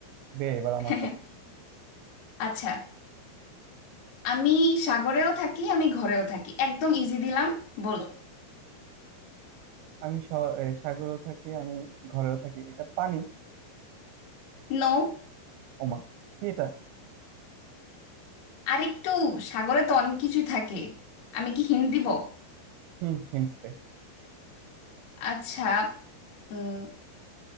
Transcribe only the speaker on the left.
<laughs>
আচ্ছা আমি সাগরেও থাকি আমি ঘরেও থাকি একদম ইজি দিলাম বল
নো
আরেকটু সাগরে তো অনেক কিছুই থাকে আমি কি হিন্ট দিব
আচ্ছা উম,